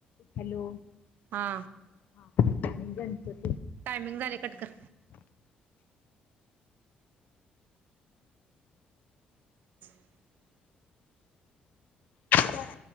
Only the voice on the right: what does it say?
हा
टायमिंग झाले कट कर. <inaudible>